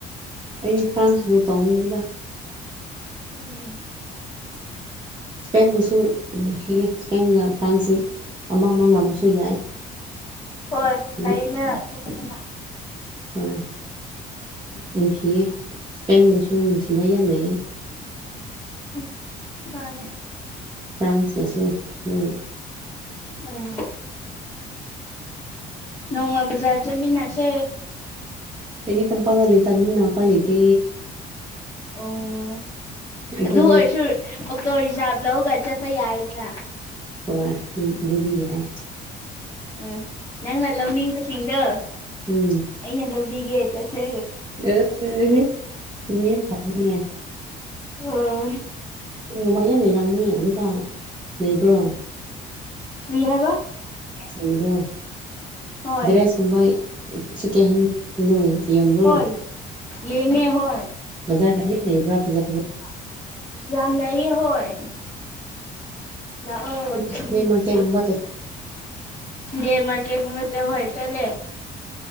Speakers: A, on the right; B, on the left.
A: ꯑꯩꯗꯤ ꯐ꯭ꯔꯥꯟꯁꯕꯨꯨ ꯇꯧꯅꯤꯡꯉꯤꯗ
B: <unintelligible>
A: ꯏꯁꯄꯦꯟꯕꯨꯁꯨ ꯅꯨꯡꯁꯤꯌꯦ ꯏꯁꯄꯦꯟꯒ ꯐ꯭ꯔꯥꯟꯁꯁꯤ ꯑꯃ ꯑꯃ ꯉꯝꯃꯁꯨ ꯌꯥꯏ
B: ꯍꯣꯏ
A: ꯂꯣꯏ
B: ꯐꯩꯅ ꯑꯗꯨꯒꯨꯝꯕꯅ
A: ꯍꯣꯏ ꯅꯨꯡꯁꯤꯌꯦ ꯏꯁꯄꯦꯟꯗꯁꯨ ꯅꯨꯡꯁꯤꯕ ꯌꯥꯝꯅꯩꯌꯦ
B: ꯎꯝ ꯃꯥꯅꯦ
A: ꯐ꯭ꯔꯥꯟꯁꯁꯨ ꯏꯪꯉꯦ
B: ꯎꯝ ꯅꯣꯡꯃꯥ ꯕꯖꯥꯔ ꯆꯠꯃꯤꯟꯅꯁꯦ
A: ꯑꯩꯗꯤ ꯇꯝꯄꯥꯛꯇ ꯂꯩ ꯇꯅꯤꯅ ꯎꯄꯥꯏ ꯂꯩꯇꯦ
B: ꯑꯣ
A: ꯑꯩꯈꯣꯏꯗꯤ
B: ꯑꯗꯨ ꯑꯣꯏꯔꯁꯨ ꯑꯣꯛꯇꯣ ꯔꯤꯖꯥꯕ ꯂꯧꯔꯒ ꯆꯠꯄ ꯌꯥꯏꯗꯅ
A: ꯍꯣꯏ ꯑꯗꯨꯗꯤ ꯌꯥꯏ
B: ꯑꯥ ꯅꯪꯅ ꯂꯧꯅꯤꯡꯕꯁꯤꯡꯗꯣ
A: ꯎꯝ
B: ꯑꯩꯅ ꯂꯧꯕꯤꯒꯦ ꯆꯠꯁꯦ
A: ꯑꯦ ꯑꯦꯍꯦ ꯑꯗꯨꯗꯤ ꯌꯥꯝ ꯄꯪꯉꯤꯅꯦ
B: ꯑꯣꯏ
A: ꯎ ꯃꯌꯥꯝ ꯂꯩꯔꯝꯅꯤ ꯖꯤꯛꯀꯥꯟ ꯂꯩꯕ꯭ꯔꯣ
B: ꯇ꯭ꯔꯤ ꯍꯥꯏꯕ
A: ꯗ꯭ꯔꯦꯁ ꯒꯨꯝꯕꯗꯣ
B: ꯍꯣꯏ
A: ꯗ꯭ꯔꯦꯁ ꯀꯨꯝꯕ ꯁꯦꯀꯦꯟ ꯍꯦꯟ ꯅꯣꯏ ꯌꯣꯟꯕ꯭ꯔꯣ
B: ꯍꯣꯏ ꯌꯦꯡꯉꯦ ꯍꯣꯏ
A: ꯕꯖꯥꯔꯗ ꯌꯝ ꯂꯩꯕ꯭ꯔꯥ ꯐꯖꯥ ꯐꯖꯕ
B: ꯌꯥꯝ ꯂꯩꯌꯦ ꯍꯣꯏ ꯂꯥꯛꯑꯣ ꯆꯠꯃꯤꯟꯅꯔꯁꯦ
A: ꯁꯟꯗꯦ ꯃꯥꯔꯀꯦꯠꯒꯨꯝꯕ ꯆꯠꯄ
B: ꯗꯦ ꯃꯥꯔꯀꯦꯀꯨꯝꯕ ꯆꯥ ꯍꯣꯏ ꯆꯠꯂꯦ